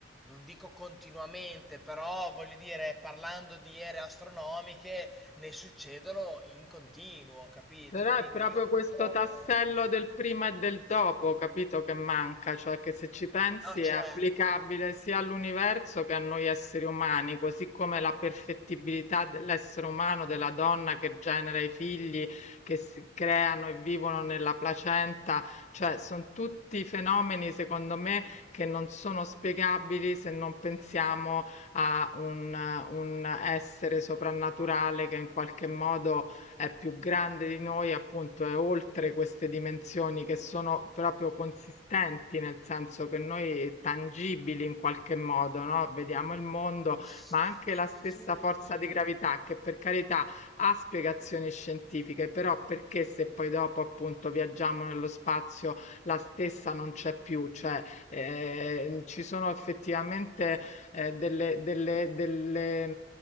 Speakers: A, in the centre; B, on the left.
A: non dico continuamente, però voglio dire, parlando di ere astronomiche, ne succedono in continuo, capito?
B: Però
A: Quindi
B: è proprio
A: io purtroppo.
B: questo tassello del prima e del dopo, capito, che manca, cioè che se ci pensi
A: No,
B: è applicabile
A: certo.
B: sia all'universo che a noi esseri umani, così come la perfettibilità dell'essere umano, della donna che genera i figli, che si creano e vivono nella placenta, cioè sono tutti fenomeni, secondo me, che non sono spiegabili se non pensiamo a un, un essere soprannaturale che in qualche modo è più grande di noi, appunto è oltre queste dimensioni che sono proprio consistenti, nel senso che noi tangibili in qualche modo, no? Vediamo il mondo,
A: Sì,
B: ma anche la stessa forza di gravità che per carità ha spiegazioni scientifiche, però perché se poi dopo appunto viaggiamo nello spazio la stessa non c'è più, cioè eh, ci sono effettivamente eh, delle, delle, delle,